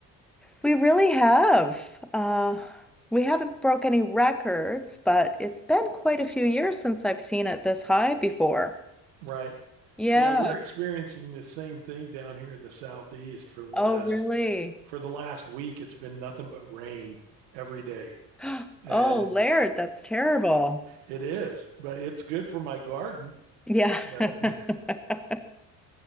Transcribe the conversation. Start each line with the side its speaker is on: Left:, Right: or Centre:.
Centre: we really have. Uh, we haven't broke any records, but it's been quite a few years since I've seen it this high before.
Right: Right.
Centre: Yeah.
Right: Yeah, we're experiencing the same thing down here in the southeast for the last
Centre: Oh, really?
Right: for the last week. It's been nothing but rain every day,
Centre: <gasps>
Right: and
Centre: Oh, Laird, that's terrible.
Right: it is. But it's good for my garden.
Centre: Yeah.
Right: But
Centre: <laughs>
Right: <laughs>